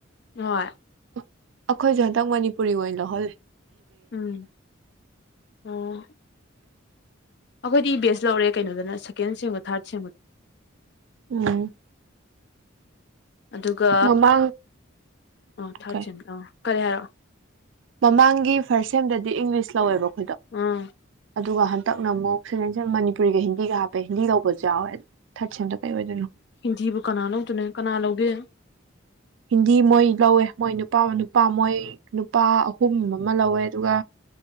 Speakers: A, on the left (about 55°); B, on the right (about 70°).
A: ꯍꯣꯏ
B: ꯑꯩꯈꯣꯏꯁꯦ ꯍꯟꯇꯪ ꯃꯅꯤꯄꯨꯔꯤ ꯑꯣꯏꯅ ꯂ ꯂꯧꯍꯜꯂꯤꯦ
A: ꯎꯝ ꯑꯣ ꯑꯩꯈꯣꯏꯗꯤ ꯏ ꯕꯦꯁ ꯂꯧꯔꯦ ꯀꯩꯅꯣꯗꯅ ꯁꯦꯀꯦꯟ ꯁꯦꯡꯕ ꯊꯥꯔꯠ ꯁꯦꯡꯕꯗ
B: ꯎꯝ
A: ꯑꯗꯨꯒ
B: ꯃꯃꯥꯡ
A: ꯑ ꯊꯥꯔꯖꯤꯤꯟ
B: ꯀꯩ
A: ꯑꯥ ꯀꯔꯦꯌꯥꯔꯥ
B: ꯃꯃꯥꯡꯒꯤ ꯐꯥꯔꯁ ꯁꯦꯝꯗꯗꯤ ꯏꯪꯂꯤꯁ ꯂꯧꯋꯦꯕꯀꯣ
A: ꯑꯝ
B: ꯑꯗꯨꯒ ꯍꯟꯗꯛꯅꯨꯛ ꯁꯦꯟꯟ ꯃꯅꯤꯄꯨꯔꯤꯒ ꯍꯤꯟꯗꯤꯒ ꯍꯥꯞꯄ ꯄꯦꯟꯗꯤ ꯇꯧꯕꯁꯨ ꯌꯥꯎꯋꯦ ꯊꯥꯠꯗ ꯀꯩ ꯑꯣꯏ
A: ꯍꯤꯟꯖꯤꯕꯨ ꯀꯅꯥ ꯂꯧꯗꯨꯅꯦ ꯀꯅꯥ ꯂꯧꯒꯦ
B: ꯍꯤꯟꯗꯤ ꯃꯣꯏ ꯂꯧꯋꯦ ꯃꯣꯏ ꯅꯨꯄꯥ ꯅꯨꯄꯥ ꯃꯣꯏ ꯅꯨꯄꯥ ꯑꯍꯨꯝ ꯑꯃ ꯂꯧꯋꯦ ꯑꯗꯨꯒ